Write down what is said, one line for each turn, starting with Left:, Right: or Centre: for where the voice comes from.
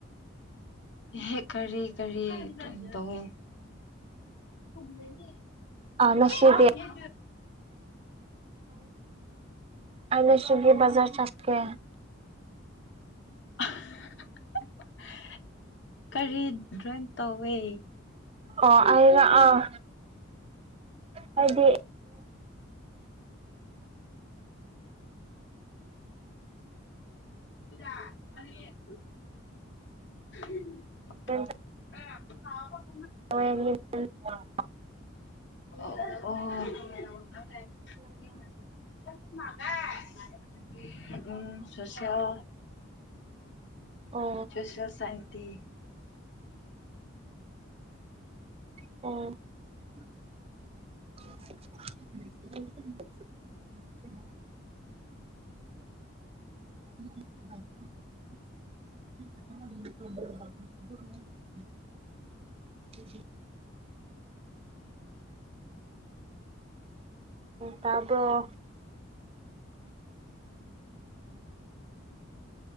Left: ꯑꯦ ꯀꯔꯤ ꯀꯔꯤ ꯀꯩꯅꯣ ꯇꯧꯋꯦ ꯂꯩ
Right: ꯑ ꯉꯁꯤꯗꯤ ꯑꯩꯅ ꯁꯒ ꯖꯔ ꯆꯥꯁꯀꯦ
Left: <unintelligible> ꯀꯔꯤ ꯗ꯭ꯔꯋꯤꯡ ꯇꯧꯋꯦ
Right: ꯑꯣ ꯑꯅ ꯑꯥ ꯍꯥꯏꯗꯤ
Left: ꯄꯨꯗ ꯃꯥꯅꯤ ꯎ
Right: ꯑꯥ
Left: ꯥ <unintelligible>
Right: <unintelligible>
Left: ꯑꯣ ꯑꯣ ꯎꯝ ꯁꯁꯣ
Right: ꯑꯣ
Left: ꯆꯁ ꯁꯥꯟꯇꯤ
Right: ꯑꯣ <inaudible> <unintelligible> ꯎ ꯎ ꯇꯥꯔꯕ